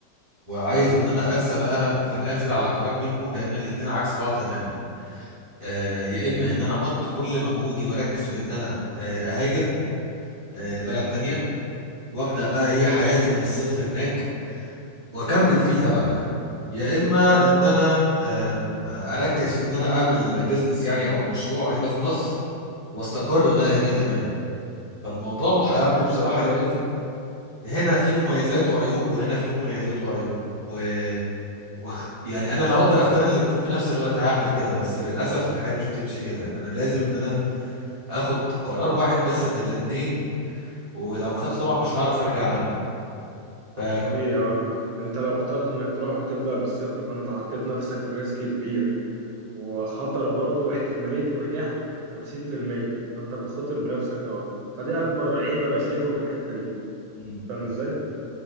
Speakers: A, on the right; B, on the right.
A: وعايز ان انا ارسى بقى في الاخر على قرار منهم لان الاتنين عكس بعض تماما آه، يا اما ان انا احط كل مجهودي واركز في ان انا آه، اهاجر آه، لبلد تانية وابدا بقى ايه حياتي من الصفر هناك واكمل فيها بقى يعني يا اما ان انا آم، آه، اركز في ان انا اعمل بيزنس يعني او مشروع هنا في مصر واستقر بقى هنا تماما فالموضوع محيرني بصراحة لأن هنا في مميزات وعيوب وهنا في مميزات وعيوب و... و... <laughs> يعني انا لو اقدر اختار الاتنين في نفس الوقت هعمل كده بس للاسف الحياه مش بتمشي كده يعني انا لازم ان انا اخد قرار واحد بس من الاتنين ولو خدته طبعا مش هعرف ارجع عنه ف
B: طبيعي اه انت لو اخترت انك تروح وتبدأ من الصفر فانت حطيت نفسك في ريسك كبير وخطر برضه واحتمالية نجاح 50% فانت بتخاطر بنفسك قوي فده اكبر عيب انا شايفه في الحتة دي
A: مم.
B: فاهم ازاي؟